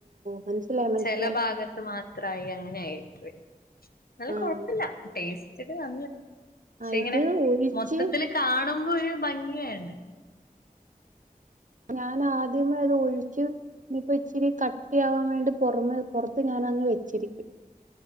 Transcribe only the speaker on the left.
ചില ഭാഗത്ത് മാത്രമായി അങ്ങനെ ആയിരിപ്പോയ് ന്നാലും
കുഴപ്പില്ല ടേസ്റ്റ് <unintelligible> പക്ഷെ
ഇങ്ങനെ
മൊത്തത്തില് കാണുമ്പോ ഒരു ഭംഗി വേണ്ടേ